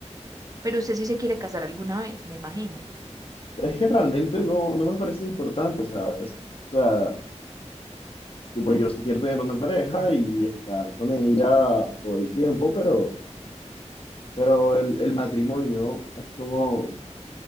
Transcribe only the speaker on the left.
Es que realmente no, no me parece importante, ¿sabes? O sea, tipo, yo sí quiero tener una pareja y estar con ella todo el tiempo, pero, pero el, el matrimonio es como,